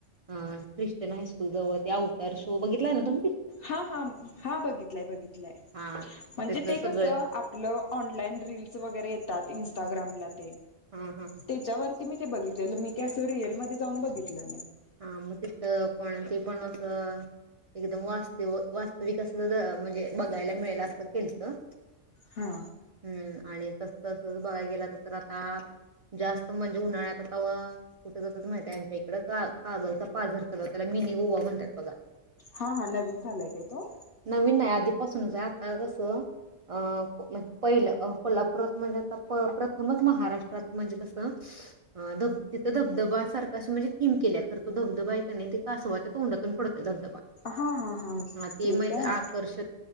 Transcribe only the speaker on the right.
ख्रिश्चन हायस्कूल जवळ ते आउटर शो बघितलाय ना तुमी
हा
त्याच
सगळं
हा हा
हा मग तिथं पण ते पण असं एकदम वास्तव वास्तविक अस म्हणजे बघायला मिळेल असं केलतं
हम्म. आणि तस तर बघाय गेला तर तर आता जास्त म्हणजे उन्हाळ्यात आता कुठे जातात माहित आहे का आमच्या इकडं का. कागलचा पाझर कलर त्याला मिनी गोवा म्हणतात बघा?
नवीन नाही आधीपासूनच आहे आता कसं अ पहिलं कोल्हापुरात म्हणजे आता प प्रथमच महाराष्ट्रात म्हणजे कसं धब तिथं धबधब सारखं असे म्हणजे थीम केल्यात. तर तो धबधबा आहे की नाय ते कासवाच्या तोंडातून पडते धबधबा.
हां
मग एक
आकर्षक